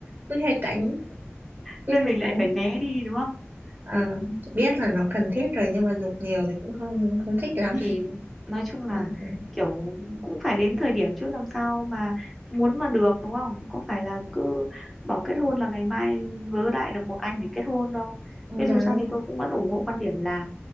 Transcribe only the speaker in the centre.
nên
mình lại
phải né đi đúng không
ừ
thì nói chung là
kiểu cũng phải đến thời điểm chứ làm sao mà muốn mà được đúng không cũng phải là cứ bảo kết hôn là ngày mai vớ đại được một anh để kết hôn đâu
thế dù
sao thì tôi cũng vẫn ủng hộ quan điểm là